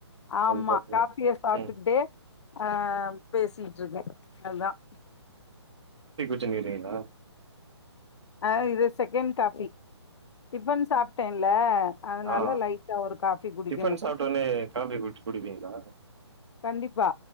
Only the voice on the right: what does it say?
அது பாத்து
ம்
<unintelligible> றீங்கா
ஆ
டிஃபன் சாப்ட்டோனே காஃபி குடிச்சு குடிப்பீங்களா